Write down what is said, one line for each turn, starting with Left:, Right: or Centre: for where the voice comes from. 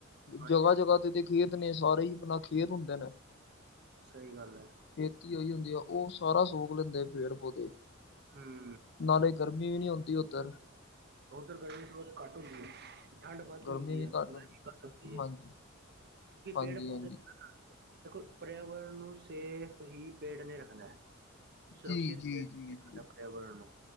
Right: ਹਾਂਜੀ
Left: ਜਗ੍ਹਾ-ਜਗ੍ਹਾ ਤੇ ਤੇ ਖੇਤ ਨੇ, ਸਾਰੇ ਹੀ ਆਪਣਾ ਖੇਤ ਹੁੰਦੇ ਨੇ
Right: ਸਹੀ ਗੱਲ ਹੈ
Left: ਖੇਤੀ ਹੋਹੀ ਹੁੰਦੀ ਆ, ਉਹ ਸਾਰਾ ਸੋਕ ਲੈਂਦੇ ਆ ਪੇੜ ਪੌਦੇ
Right: ਹਮ
Left: ਨਾਲੇ ਗਰਮੀ ਵੀ ਨਹੀਂ ਆਉਂਦੀ ਉੱਧਰ
Right: ਉੱਧਰ ਗਰਮੀਹੁਤ ਘੱਟ ਹੁੰਦੀ ਹੈ, ਠੰਡ ਵੱਧ
Left: ਗਰਮੀ
Right: ਹੁੰਦੀ
Left: ਵੀ
Right: ਹੈ, ਗਰਮੀ
Left: ਘੱਟ ਹੁੰਦੀ
Right: ਘੱਟ ਹੁੰਦੀ ਹੈ
Left: ਹਾਂਜੀ, ਹਾਂਜੀ,
Right: ਪੇੜ ਪੌਦੇੇ,
Left: ਹਾਂਜੀ
Right: ਦੇਖੋ ਪਰਿਆਵਰਨ ਨੂੰ ਸੇਫ ਹੀ ਪੇੜ ਨੇ ਰੱਖਨਾ ਹੈ। ਸੁਰੱਖਿਤ
Left: ਜੀ, ਜੀ,
Right: ਪਰਿਆਵਰਨ
Left: ਜੀ, ਜੀ
Right: ਨੂੰ,